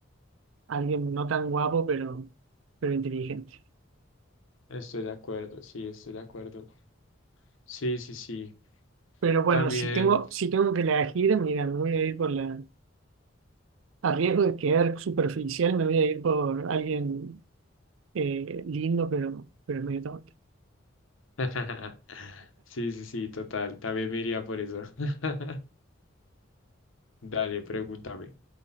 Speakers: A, on the right (about 80°); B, on the left (about 85°).
A: alguien no tan guapo pero, pero inteligente.
B: Estoy de acuerdo, sí, estoy de acuerdo. Sí, sí, sí.
A: Pero bueno,
B: También.
A: si tengo, si tengo que elegir, mira, me voy a ir por la... A riesgo de quedar superficial, me voy a ir por alguien eh, lindo pero, pero medio tonto.
B: <laughs> Sí, sí, sí, total. También me iría por eso. <laughs> Dale, pregúntame.